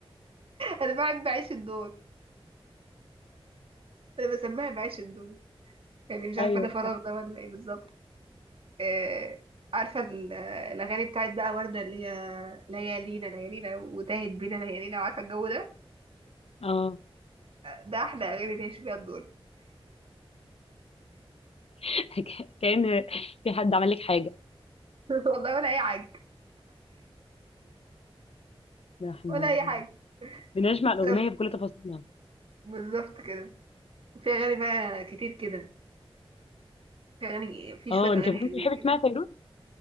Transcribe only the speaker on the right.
أنا بعد بعيش الدور أنا بسميها بعيش الدور يعني مش عارفة
ده فراغ
ده ولا إيه بالظبط آه، عارفة ال- آه، الأغاني بتاعت بقى وردة اللي هي ليالينا ليالينا وتاهت بينا ليالينا وعارفة الجو ده
ده احلى اغاني تعيش بيها الدور
<laughs> والله ولا اي حاجه
ولا اي حاجه
بسبب-
بالظبط كده في اغاني بقى كتير كده في اغاني في
شويه
اغاني
حلوين
كده